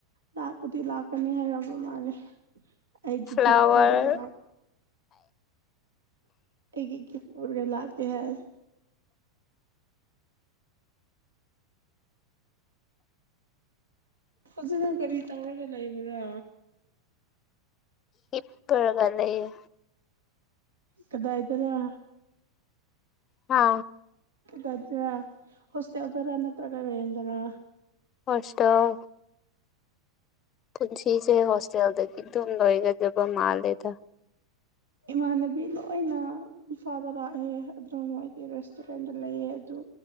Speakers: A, on the right (about 70°); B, on the left (about 30°).
A: ꯂꯥꯛꯄꯗꯤ ꯂꯥꯛꯀꯅꯤ ꯍꯥꯏꯔꯕ ꯃꯥꯜꯂꯦ ꯑꯩꯒꯤ
B: ꯐ꯭ꯂꯥꯋꯔ
A: ꯒꯤꯐ ꯄꯨꯔꯒ ꯂꯥꯛ ꯑꯩꯒꯤ ꯒꯤꯐ ꯄꯨꯔꯒ ꯂꯥꯛꯀꯦ ꯍꯥꯏ ꯍꯧꯖꯤꯛ ꯅꯪ ꯀꯔꯤ ꯇꯧꯔꯒ ꯂꯩꯕ꯭ꯔꯥ
B: ꯍꯤꯄꯒ ꯂꯩꯌꯦ
A: ꯀꯗꯥꯏꯗꯔꯥ
B: ꯍꯥ
A: ꯗꯗ ꯍꯣꯁꯇꯦꯜꯗꯔ ꯅꯠꯇ꯭ꯔꯒ ꯔꯦꯟꯗꯔ
B: ꯍꯣꯁꯇꯦꯜ ꯄꯨꯟꯁꯤꯁꯦ ꯍꯣꯁꯇꯦꯜꯗꯒꯤ ꯑꯗꯨꯝ ꯂꯣꯏꯒꯗꯕ ꯃꯥꯜꯂꯦꯗ
A: ꯏꯃꯥꯟꯅꯕꯤ ꯂꯣꯏꯅ ꯏꯝꯐꯥꯜꯗ ꯂꯥꯛꯑꯦ ꯑꯗꯨ ꯃꯣꯏꯗꯤ ꯔꯦꯁꯇꯨꯔꯦꯟꯗ ꯂꯩꯌꯦ ꯑꯗꯨ